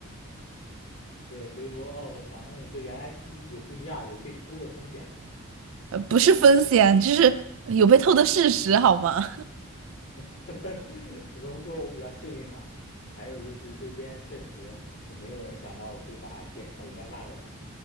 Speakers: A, on the left (about 60°); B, on the right (about 65°).
A: 对，所以说哦，我在想，嗯，这原来是有不一样，有被偷的风险呀
B: <laughs> 呃不是风险，就是有被偷的事实，好吗？
A: <laughs> 只能说我比较幸运吧。还有就是这边确实也没有人想到我会把电脑落落在那。